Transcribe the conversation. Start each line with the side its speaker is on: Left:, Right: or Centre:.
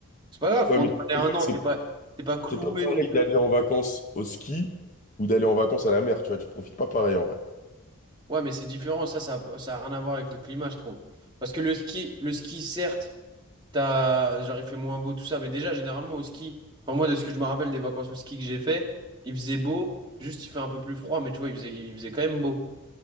Right: C'est pas grave,
Left: Ouais,
Right: pendant
Left: mais
Right: allez, un
Left: c'est vrai
Right: an,
Left: que c'est
Right: t'es pas, t'es pas cloué
Left: c'est pas pareil
Right: non plus.
Left: d'aller en vacances au ski ou d'aller en vacances à la mer, tu vois. Tu profites pas pareil, en vrai.
Right: Ouais, mais c'est différent, ça, ça, ça a rien à voir avec le climat, je trouve. Parce que le ski, le ski, certes, t'as, genre, il fait moins beau, tout ça, mais déjà, généralement, au ski, enfin, moi, de ce que je me rappelle des vacances au ski que j'ai fait, il faisait beau, juste, il fait un peu plus froid, mais tu vois, il faisait, il faisait quand même beau.